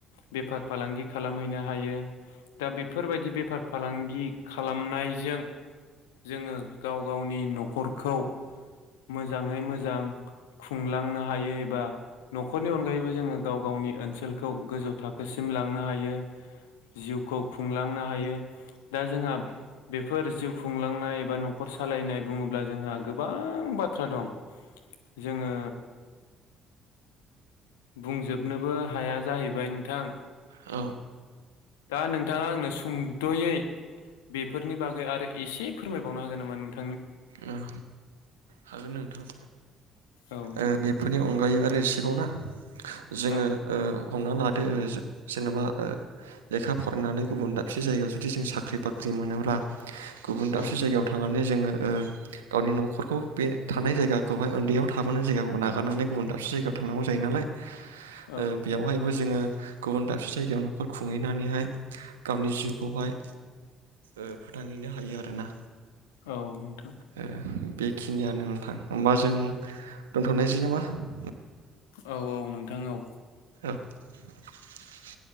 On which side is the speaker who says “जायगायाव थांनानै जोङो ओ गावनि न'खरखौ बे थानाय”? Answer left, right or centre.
Right